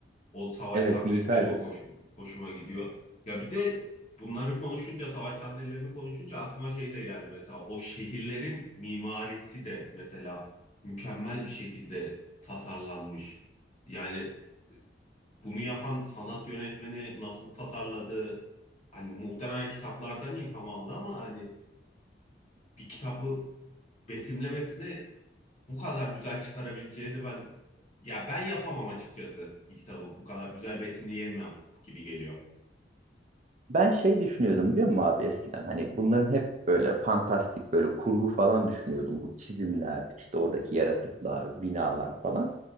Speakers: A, on the left; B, on the right.
A: O savaş
B: Evet
A: sahnesi
B: miğfer
A: de çok
B: dedi.
A: hoşum, hoşuma gidiyor. Ya bir de bunları konuşunca, savaş sahnelerini konuşunca aklıma şey de geldi mesela. O şehirlerin mimarisi de mesela mükemmel bir şekilde tasarlanmış. Yani bunu yapan sanat yönetmeni nasıl tasarladı? Hani muhtemelen kitaplardan ilham aldı ama hani bir kitabı betimlemesini bu kadar güzel çıkarabileceğini ben ya ben yapamam açıkçası bir kitabı bu kadar güzel betimleyemem gibi geliyor.
B: Ben şey düşünüyordum biliyor musun abi eskiden hani bunların hep böyle fantastik böyle kurgu falan düşünüyordum. Bu çizimler işte oradaki yaratıklar binalar falan.